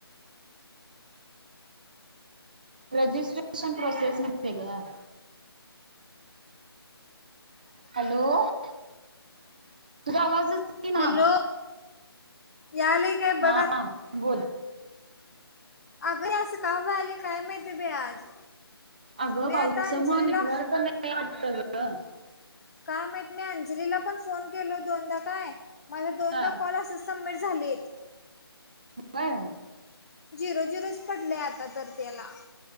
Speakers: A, on the right (about 20°); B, on the left (about 40°).
A: रजिस्ट्रेशन प्रोसेस मध्ये गं. हॅलो तुझा आवाजच यीना
B: हॅलो यालय काय
A: हा
B: बघ
A: बोल.
B: आगं हे असं का व्हालय काय माहिती बई आज,
A: अगं
B: मी
A: पावसामुळे
B: आता अंजली ला
A: <unintelligible> वाटतं गं.
B: काय माहित मी अंजलीला पण फोन केलो दोनदा काय माझ दोनदा
A: हा
B: कॉल असस सबमिट झालेत.
A: होय.
B: झिरो झिरोच पडलय आता तर त्याला.